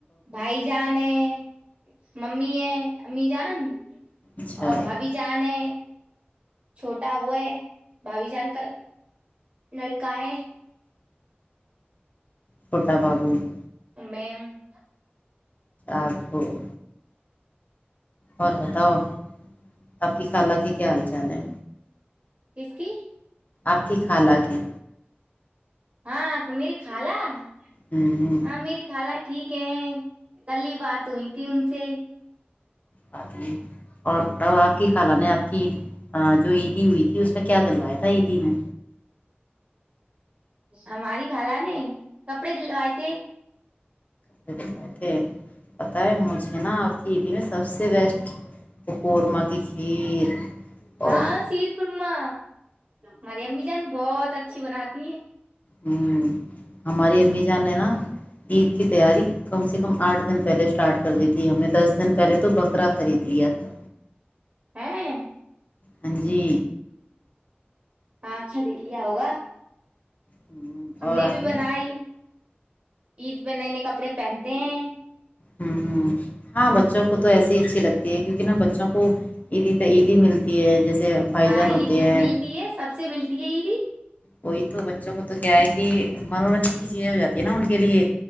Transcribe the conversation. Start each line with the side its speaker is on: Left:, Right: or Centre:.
Right: بھائی جان <unintelligible> ممی ہے ہممی جان <unintelligible>
Left: اچھا
Right: ا بابی جاانے چھوٹا وہ ہے بھابھی جان کا لڑکا ہے
Left: چھوٹا بابو <unintelligible>
Right: میںگ <unintelligible>
Left: آپو <unintelligible> اور بتاؤ آپ کی خالہ کے کیا حال چال ہے
Right: کس کی
Left: آقی خھالہ کی
Right: ہاں میری خالہ <unintelligible>
Left: ہوں
Right: ہاں میری خالہ ٹھیک ہے کل ہی بات ہوئی تھی ان سے
Left: ہ جی اور بتاؤ آپ کی خالان نے آپ کی عید جو عیدی ہوئی تھی کہ اس پہ کیا دلوایا تھا عیدی میں
Right: ہماری خالہ نے کپڑے دلوائے تھے
Left: کڑے بنوائے تھے پتہ ہے مجھے نا آپ کی ای میں سب سے بیسٹ پ قورمہ کی کھیر <unintelligible>
Right: ہاں
Left: اور
Right: سیر کرما ماری امی جان بہت اچ اچھی بناتی ہیں
Left: ہ ہماری امی جان نے نا عید کت تیاری کم سے کم آٹھ دن پہلے اسٹارٹ کر دی تھی ہم نے دس دن پہلے تو بکرا خرید لیا تھا
Right: ہاں <unintelligible>
Left: ہاں جی
Right: اچھا دیک لیا ہوگا
Left: ہوں،
Right: ہم
Left: اور
Right: نے
Left: آپ
Right: بھی بنائی عید پ نئے نئے کپڑے پہنتے ہیں <unintelligible>
Left: ہاں <unintelligible> ہاں بچوں کو تو ایے ہی اچھی لگتی <unintelligible> کیونکہ نہا بچوں کو عیدی عیدی ملتی ہے جیسے بھائی
Right: ہاں
Left: جان ہوتے
Right: عیدی
Left: ہیں
Right: ملتی ہے سب سے ملتی ہے عیدی
Left: وہی تو بچوں کو تو کیا ہے کہ کہ منورنجن کی چیزیں ہو جات ہے نا ان لی